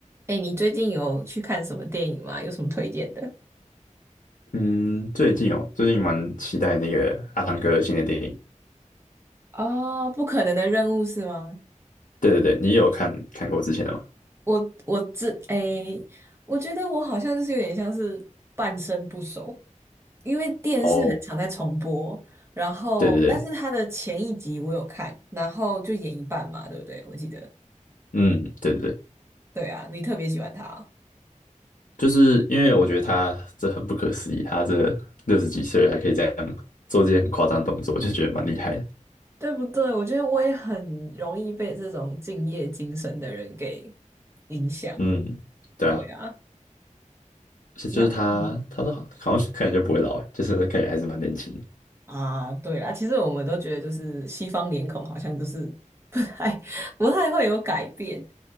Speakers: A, on the right; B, on the left.
A: 哎，你最近有去看什么电影吗？有什么推荐的？
B: 嗯，最近哦，最近蛮期待那个阿汤哥的新的电影。
A: 哦，不可能的任务是吗？
B: 对对对，你有看看过之前的吗？
A: 我我这哎，我觉得我好像就是有点像是半生不熟，因为电视很常在重播，
B: 哦，
A: 然后但是它的前一集我有看，
B: 对对对，
A: 然后就演一半嘛，对不对？我记得，
B: 嗯，对对对，
A: 对啊，你特别喜欢他，
B: 就是因为我觉得他这很不可思议，他这六十几岁了还可以这样做这些很夸张的动作，就觉得蛮厉害的。
A: 对不对？我觉得我也很容易被这种敬业精神的人给影响，
B: 嗯，对啊，
A: 对啊，
B: 是就是他，
A: 那嗯。
B: 他都好好像看起来就不会老欸，就是看起来还是蛮年轻的
A: 啊，对啦，其实我们都觉得就是西方脸孔好像就是不太 <laughs> 不太会有改变，